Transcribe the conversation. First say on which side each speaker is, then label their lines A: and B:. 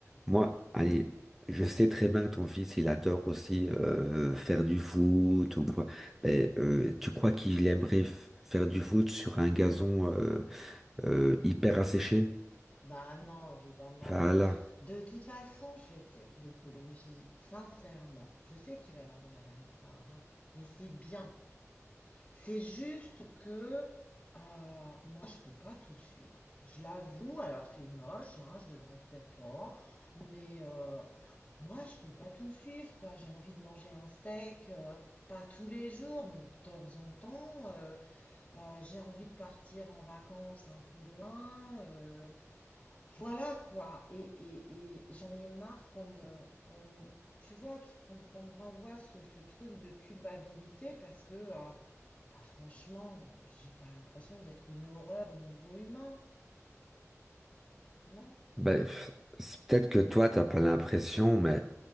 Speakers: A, in the centre; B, on the left (about 25°).
A: moi, allez, je sais très bien que ton fils, il adore aussi euh, faire du foot ou quoi. Mais euh, tu crois qu'il aimerait f- faire du foot sur un gazon euh, euh, hyper asséché?
B: Bah non, évidemment.
A: Voilà.
B: Non, mais de toute façon, je vais te dire, l'écologie, sincèrement, je sais que tu vas avoir du mal à me croire, hein, mais c'est bien. C'est juste que euh, moi, je peux pas tout suivre. Je l'avoue, alors c'est moche, hein, je devrais peut-être pas, mais euh, moi, je peux pas tout suivre, quoi. J'ai envie de manger un steak, euh, pas tous les jours, mais de temps en temps. euh, euh, j'ai envie de partir en vacances un peu loin. euh, voilà quoi, et, et- et j'en ai marre qu'on me, qu'on me- tu vois, qu'on qu'on me renvoie ce, ce truc de culpabilité parce que, euh, bah franchement, euh, j'ai pas l'impression d'être une horreur au niveau humain, non?
A: Ben, f- c'est peut-être que toi, t'as pas l'impression, mais